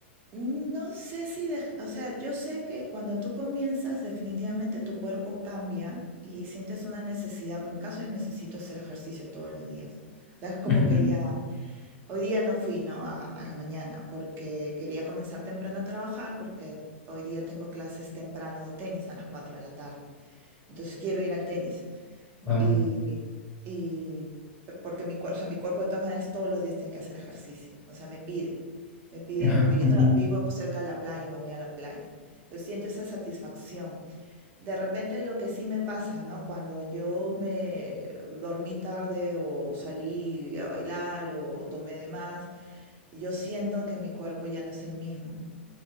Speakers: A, on the right (about 35°); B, in the centre.
A: no sé si, dej- o sea, yo sé que cuando tú comienzas, definitivamente tu cuerpo cambia y sientes una necesidad. bueno, En mi caso, yo necesito hacer ejercicio todos los días. O sea, es como
B: Ujú.
A: que ya, hoy día no fui, ¿no? A, a la mañana, porque quería comenzar temprano a trabajar, porque hoy día tengo clases temprano de tenis a las 4 de la tarde. Entonces quiero ir al tenis.
B: Ah,
A: Y, y p- porque mi cuerpo, o sea, mi cuerpo de todas maneras todos los días tiene que hacer ejercicio. O sea, me pide, me pide
B: ah,
A: porque
B: ujú.
A: yo tra- vivo cerca de la playa y me voy a la playa. Entonces siento esa satisfacción. De repente lo que sí me pasa, ¿no? Cuando yo me dormí tarde o salí a bailar o tomé de más, yo siento que mi cuerpo ya no es el mismo.